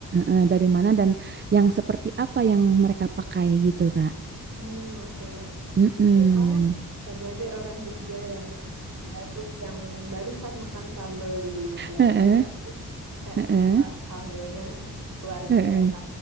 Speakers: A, on the right (about 30°); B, on the right (about 55°).
A: eh, dari mana dan yang seperti apa yang mereka pakai gitu, Kak.
B: Hmm, oke.
A: Mm-mm.
B: Ya, soalnya sebagai orang Jogja yang baru yang barusan makan sambal di Jawa
A: Heeh,
B: Barat nih kayak
A: heeh,
B: buah sambalnya luar
A: heeh.
B: biasa.